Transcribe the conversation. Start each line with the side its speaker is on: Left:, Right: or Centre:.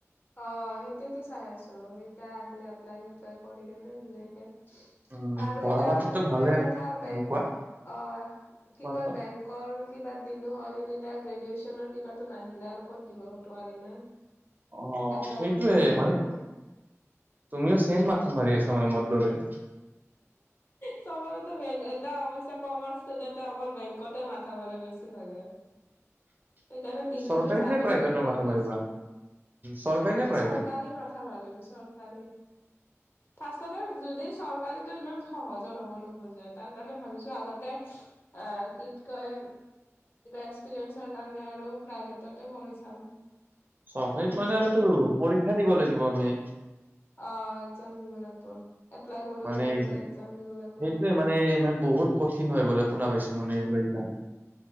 Left: অ' সেইটোয়েতো চাই আছো এতিয়া আহিলে এপ্লাই চেপ্লাই কৰি কেনে ধুনীয়াকে।
Right: উম
Left: আৰু
Right: পঢ়া
Left: এতিয়া
Right: পাতিতো ভালে
Left: মেইন কথা বেংক
Right: উম, কোৱা
Left: অ' কি
Right: কোৱা
Left: কয়
Right: কোৱা
Left: বেংক কৰ' কিবাত দিলোঁ হয় কিন্তু এতিয়া গ্ৰেজুৱেচনৰ কিবাটো নাহিলে আৰু ক'ত দিব নোৱাৰি না।
Right: অ'
Left: এপ্লাই
Right: সেইটোয়ে
Left: কৰিব নোৱাৰি
Right: মানে
Left: না
Right: তুমিও ছেম মাথা মাৰি আছা মানে মোৰ দৰে।
Left: চবতেতো বেং এয়া অৱশ্যে কমাৰ্চ ষ্টুডেণ্ট অকল বেংকতে মা মাৰে বেছি ভাগে।
Right: <unintelligible>
Left: সেইকাৰণে ডিগ্ৰীটোৰ
Right: চৰকাৰী
Left: চাৰ্টিফিকেটটো
Right: নে প্ৰাইভেটৰ
Left: ৰখি
Right: মাথা মাৰিবা
Left: আছে
Right: চৰকাৰী
Left: মইতো
Right: নে প্ৰাইভেট
Left: চৰকাৰী ম <unintelligible> মাৰিম চৰকাৰী, ফাচটতে যদি চৰকাৰ কালিতো ইমান সহজত হ'ব নোখোজে তাৰ কাৰণে ভাবিছো আগতে। কি কয় কি কয় এক্সপিৰিয়েঞ্চৰ কাৰণে আৰু প্ৰাইভেটতে কৰি চাম।
Right: চহৰিত
Left: তাৰপিছত
Right: মানে আৰুটো
Left: আৰু
Right: পৰীক্ষা দিব লাগিব আমি
Left: অ এক্জাম দিব লাগিব এপ্লাই কৰিব
Right: মানে
Left: লাগিব
Right: একজা
Left: এক্জাম দিব লাগিব
Right: সেইটোৱে মানে মানে বহুত কঠিন হয় বোলে শুনা পাইছো মানে এই বো কাম